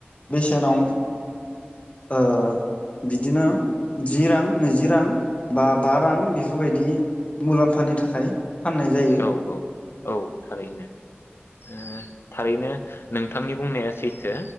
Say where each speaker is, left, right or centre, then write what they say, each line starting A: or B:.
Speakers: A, on the left; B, on the left.
A: बेसेनाव ओ बिदिनो जि रां नैजि रां बा बा रां बेफोरबायदि मुलाम्फानि थाखाय फाननाय जायो
B: औ औ औ थारैनो। ओ थारैनो नोंथांनि बुंनाया सैथो।